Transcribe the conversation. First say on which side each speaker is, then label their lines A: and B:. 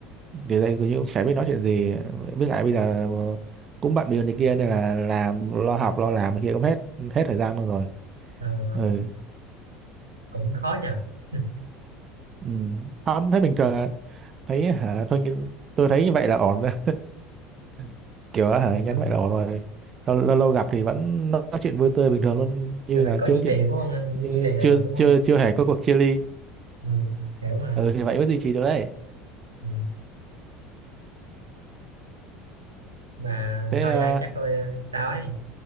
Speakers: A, on the right (about 35°); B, on the right (about 85°).
A: kiểu đây kiểu như cũng chả biết nói chuyện gì với lại bây giờ ờ, cũng bận bịu này kia nên là làm lo học lo làm này kia cũng hết hết thời gian luôn rồi
B: Ờ,
A: ừ,
B: cũng khó nha ừ.
A: ừ. không thấy bình thường à. thấy hả thôi nghĩ- tôi thấy như vậy là ổn rồi <laughs> kiểu hả nhắn
B: <laughs>
A: vậy là ổn rồi lâu, lâu lâu gặp thì vẫn nói chuyện vui tươi bình thường luôn như
B: Được rồi
A: là
B: có
A: chưa
B: duy
A: có chuyện
B: trì đúng không
A: như
B: duy trì là
A: chưa
B: được đúng không
A: chưa chưa hề có cuộc chia ly
B: ừ. hiểu mà
A: ừ thì vậy mới duy trì được đấy
B: ừ. mà
A: thế
B: thôi
A: à,
B: nha chắc tôi sao ấy